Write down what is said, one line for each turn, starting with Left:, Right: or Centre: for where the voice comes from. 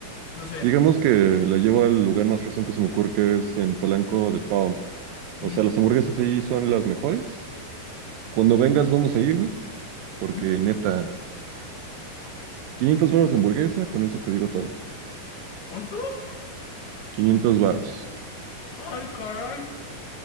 Left: No sé.
Right: Digamos que la llevo al lugar más fresón que se me ocurre, que es en Polanco de Pau.
Left: Ujú,
Right: O sea, las hamburguesas allí son las mejores. Cuando vengas vamos a ir, güey, porque
Left: ujú.
Right: neta, 500 varos la hamburguesa, con eso te digo todo.
Left: ¿Cuánto?
Right: 500 varos.
Left: Ay, caray.